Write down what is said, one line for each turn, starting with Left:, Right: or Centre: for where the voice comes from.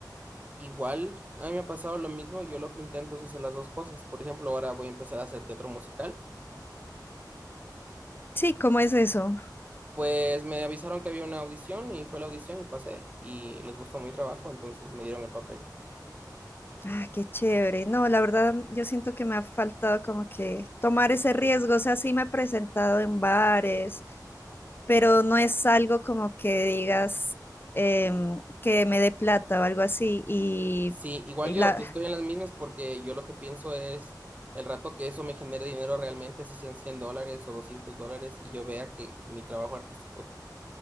Right: Igual, a mí me ha pasado lo mismo. Yo lo que intento es hacer las dos cosas. Por ejemplo, ahora voy a empezar a hacer teatro musical.
Left: Sí, ¿cómo es eso?
Right: Pues me avisaron que había una audición y fue la audición y pasé y les gustó mi trabajo, entonces me dieron el papel.
Left: Ah, qué chévere. No, la verdad, mm, yo siento que me ha faltado como que tomar ese riesgo. O sea, sí me he presentado en bares, pero no es algo como que digas em, que me dé plata o algo así. Y,
Right: Sí, igual
Left: y
Right: yo
Left: la,
Right: estoy en las mismas porque yo lo que pienso es el rato que eso me genere dinero realmente, así sean 100 dólares o 200 dólares, y yo vea que mi trabajo artístico,